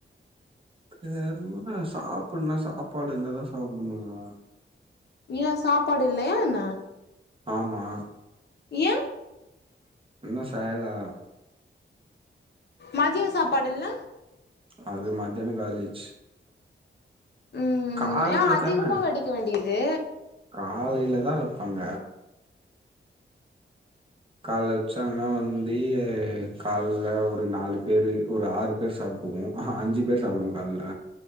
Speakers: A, on the right (about 25°); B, on the left (about 55°).
A: இது வேற ஒன்னுல்ல சாப்புட்னா சாப்பாடு இருந்தா தா சாப்ட முடியு
B: ஏ சாப்பாடு இல்லயா என்ன
A: ஆமா
B: ஏ
A: இன்னு செய்லா
B: மதிய சாப்பாடுல்ல
A: அது மத்தியான காலி ஆயிடிச்சி
B: ம்
A: கால்ல
B: ம் ஏ அதிகமா
A: தான
B: வெடிக்க வேண்டியது
A: காலையில தா வெப்பாங்க கால்ல வச்சாங்கன்னா வந்து கால்ல ஒரு நாலு பேரு ஒரு ஆறு பேர் சாப்டுவோ ஆஹா அஞ்சு பேர் சாப்டுவோ கால்ல